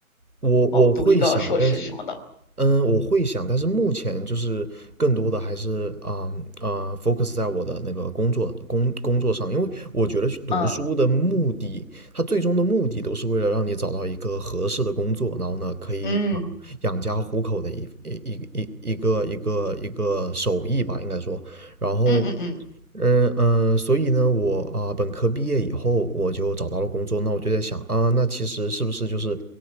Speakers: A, on the right; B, on the left.
A: 我我会想，
B: 读一个硕士什么的？
A: 但是嗯，我会想，但是目前就是更多的还是啊啊、focus 在我的那个工作工工作上，因为我觉得去读书的目的，
B: 嗯
A: 它最终的目的都是为了让你找到一个合适的工作，然后呢，可以啊、
B: 嗯
A: 养家糊口的一一一一一个一个一个手艺吧，应该说，然后
B: 嗯嗯嗯
A: 嗯嗯，呃所以呢，我啊、本科毕业以后，我就找到了工作。那我就在想啊，那其实是不是就是，